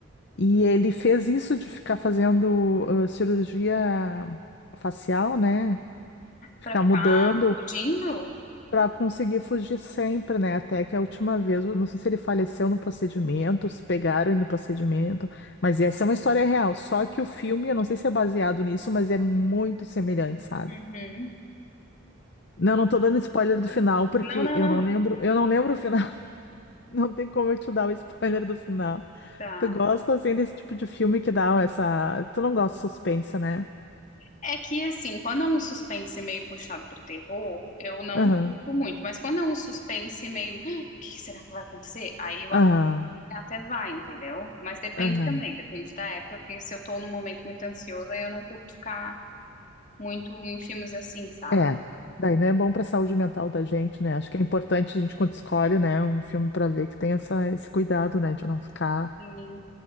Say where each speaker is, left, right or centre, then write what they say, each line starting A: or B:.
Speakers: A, on the left; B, on the left.
A: E ele fez isso de ficar fazendo ah, cirurgia facial, né? Ficar
B: Pra ficar
A: mudando
B: fugindo?
A: para conseguir fugir sempre, né? Até que a última vez, eu não sei se ele faleceu no procedimento, se pegaram ele no procedimento, mas essa é uma história real. Só que o filme, eu não sei se é baseado nisso, mas é muito semelhante, sabe?
B: Uhum.
A: Não, não tô dando spoiler do final, porque
B: Não, não,
A: eu
B: não.
A: não lembro, eu não lembro o final. <laughs> Não tem como eu te dar o spoiler do final.
B: Tá.
A: Tu gosta, assim, desse tipo de filme que dá essa... Tu não gosta de suspense, né?
B: É que, assim, quando é um suspense meio puxado pro terror, eu não
A: Aham,
B: curto muito. Mas quando é um suspense meio, "Ah, o que que será que vai acontecer? Aí eu
A: aham,
B: até até vai, entendeu? Mas depende
A: aham.
B: também, depende da época, porque se eu tô num momento muito ansiosa, eu não curto ficar muito em filmes assim, sabe?
A: É, daí não é bom para a saúde mental da gente, né? Acho que é importante a gente quando escolhe, né, um filme para ver que tem essa, esse cuidado, né, de não ficar,
B: E-